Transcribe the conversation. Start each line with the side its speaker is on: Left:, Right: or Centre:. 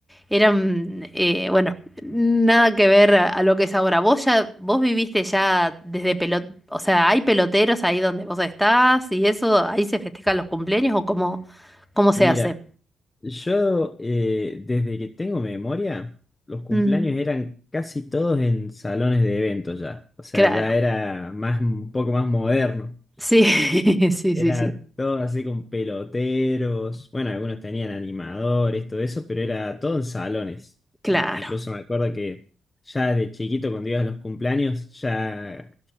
Centre: Eran, eh, bueno, nada que ver a, a lo que es ahora. Vos ya, vos viviste ya desde pelot, o sea, ¿hay peloteros ahí donde vos estás y eso, ahí se festejan los cumpleaños o cómo, cómo se
Left: Mira,
Centre: hace?
Left: yo eh, desde que tengo memoria, los cumpleaños
Centre: Mm,
Left: eran casi todos en salones de eventos ya. O sea,
Centre: claro,
Left: ya era más, un poco más moderno.
Centre: sí, <laughs> sí,
Left: Era
Centre: sí, sí,
Left: todo así con peloteros. Bueno, algunos tenían animadores, todo eso, pero era todo en salones.
Centre: claro.
Left: Ah, incluso me acuerdo que ya de chiquito, cuando ibas a los cumpleaños, ya